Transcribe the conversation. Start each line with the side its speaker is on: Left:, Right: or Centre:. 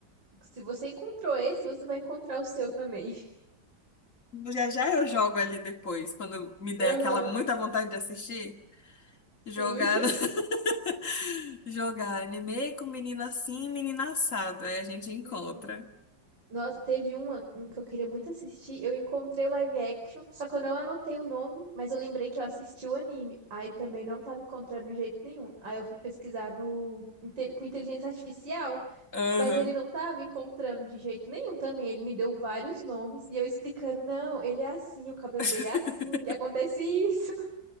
Right: se você encontrou esse, você vai encontrar o seu também. <laughs>
Left: Já já eu jogo ali depois, quando me der
Right: Aham,
Left: aquela muita vontade de assistir,
Right: sim.
Left: jogar, no- <laughs> jogar anime com menino assim e menina assado. Aí a gente
Right: <laughs>
Left: encontra.
Right: Uhum. Nossa, teve uma, um que eu queria muito assistir. Eu encontrei o live action, só que eu não anotei o nome, mas eu lembrei que eu assisti o anime. Aí também não tava encontrando de jeito nenhum. Aí eu fui pesquisar no, inte- com inteligência artificial,
Left: Aham,
Right: mas ele não tava encontrando de jeito nenhum também. Ele me deu vários nomes e eu explicando: não, ele é assim, o cabelo
Left: <laughs>
Right: dele é assim, e acontece isso. <laughs>